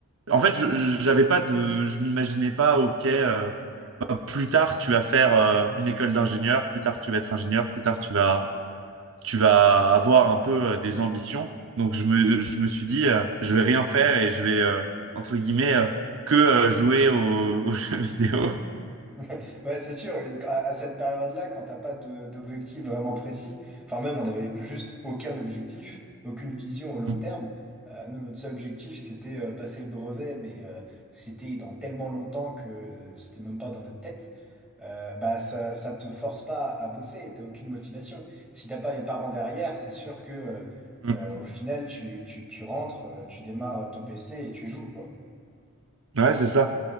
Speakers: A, on the right; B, in the centre.
A: en fait, je- je- j'avais pas de, je m'imaginais pas, ok. euh, plus tard, tu vas faire euh, une école d'ingénieur, plus tard, tu vas être ingénieur, plus tard, tu vas, tu vas avoir un peu euh, des ambitions. Donc, je me, je me suis dit, euh, je vais rien faire et je vais, euh, entre guillemets, euh, que euh, jouer aux, aux <laughs> jeux vidéo.
B: <laughs> Ouais, c'est sûr. À, à cette période-là, quand t'as pas de- d'objectif vraiment précis, enfin même on avait juste aucun objectif, aucune vision au long
A: Mm,
B: terme. Euh, nous, notre seul objectif, c'était euh, passer le brevet, mais euh, c'était dans tellement longtemps que euh, c'était même pas dans notre tête. Euh, bah ça, ça te force pas à bosser, t'as aucune motivation. Si t'as pas les parents derrière, c'est sûr que euh,
A: mm.
B: euh, au final, tu, tu, tu rentres, euh, tu démarres ton PC et tu joues, quoi.
A: Ouais, c'est ça.